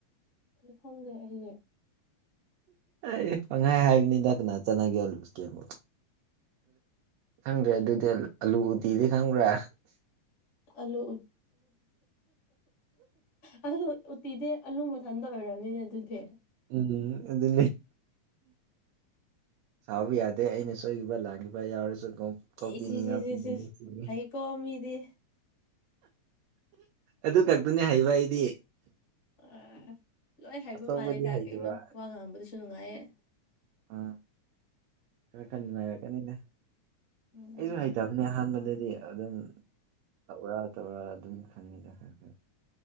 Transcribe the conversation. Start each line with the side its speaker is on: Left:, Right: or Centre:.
Left: ꯑꯩ ꯈꯣꯡꯗꯦ ꯑꯩꯒꯤ
Right: ꯑꯩ ꯄꯪꯍꯥꯏ ꯍꯥꯏꯕꯅꯤ ꯅ ꯀꯅꯥ ꯆꯠꯅꯒꯦꯂꯨꯁ ꯀꯦꯝꯕꯨ ꯈꯪꯗ꯭ꯔꯦ ꯑꯗꯨꯗꯤ ꯑꯂꯨ ꯎꯇꯤꯗꯤ ꯈꯪꯕ꯭ꯔꯥ
Left: ꯑꯂꯨ ꯑꯂꯨ ꯎꯇꯤꯗꯤ ꯑꯂꯨ ꯃꯊꯟꯇ ꯑꯣꯏꯔꯕꯅꯤꯅ ꯑꯗꯨꯗꯤ
Right: ꯎꯝ ꯑꯗꯨ ꯁꯥꯎꯕ ꯌꯥꯗꯦ ꯑꯩꯅ ꯁꯣꯏꯈꯤꯕ ꯂꯥꯡꯈꯤꯕ ꯌꯥꯎꯔꯁꯨ ꯀꯣꯛ ꯀꯣꯛꯄꯤꯅꯤ
Left: ꯏꯆꯁꯤꯁꯤꯆꯦ
Right: ꯉꯥꯛꯄꯤꯅꯤ
Left: ꯍꯩꯀꯣꯃꯤꯗꯤ
Right: ꯑꯗꯨ ꯈꯛꯇꯅꯦ ꯍꯩꯕ ꯑꯩꯗꯤ
Left: ꯑ ꯂꯣꯏ ꯍꯥꯏꯕ
Right: ꯑꯇꯣꯞꯄꯗꯤ
Left: ꯃꯥꯜꯂꯦꯗꯥꯛ
Right: ꯍꯩꯇꯕ
Left: ꯀꯩꯅꯣ ꯋꯥ ꯉꯥꯡꯕꯗꯁꯨ ꯅꯨꯡꯉꯥꯏꯌꯦ
Right: ꯑ ꯈꯔ ꯈꯟꯉꯥꯏꯔꯛ ꯀꯅꯤꯗ
Left: ꯎꯝ
Right: ꯑꯩꯁꯨ
Left: ꯎꯝ
Right: ꯍꯩꯇꯕꯅꯦ ꯑꯍꯥꯟꯕꯗꯗꯤ ꯑꯗꯨꯝ ꯇꯧꯔ ꯈ ꯇꯧ ꯑꯗꯨꯝ ꯈꯪꯃꯤꯗꯔ ꯈ